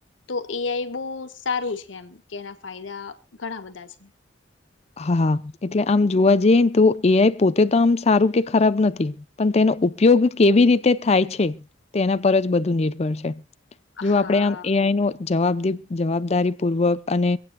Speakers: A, on the left; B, on the left.
A: તો એઆઈ બહ સારું છે. એમ કે એના ફાયદા ઘણા બધા છે.
B: હા, એટલે આમ જોવા જઈએને તો એઆઈ પોતે તો આમ સારું કે ખરાબ નથી પણ તેનો ઉપયોગ કેવી રીતે થાય છે. તેના પર જ બધું નિર્ભર છે. જો
A: હા
B: આપડે આમ એઆઈ નો જવાબદીપ જવાબદારી પૂર્વક અને